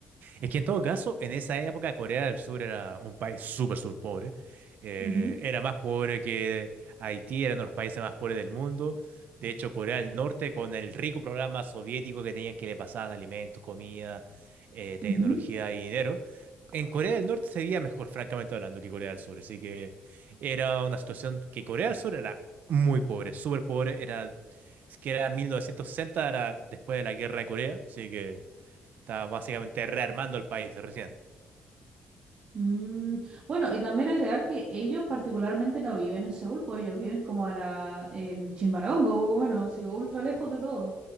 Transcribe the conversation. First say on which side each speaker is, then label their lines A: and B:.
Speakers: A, on the right (about 55°); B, on the right (about 35°).
A: Es que en todo caso, en esa época Corea del Sur era un país súper, súper pobre. Eh,
B: Ujú,
A: era más pobre que Haití, era uno de los países más pobres del mundo. De hecho, Corea del Norte, con el rico programa soviético que tenían que le pasaban alimentos, comida, eh, tecnología
B: ujú.
A: y dinero, en Corea del Norte sería mejor, francamente hablando, que Corea del Sur. Así que era una situación que Corea del Sur era muy pobre, súper pobre. Era, es que era 1960, era después de la guerra de Corea, así que... Está básicamente rearmando el país recién.
B: Mm, bueno, y también agregar que ellos particularmente no viven en Seúl, pues ellos viven como a la, en Chimbarongo, poco bueno, así, ultra lejos de todo.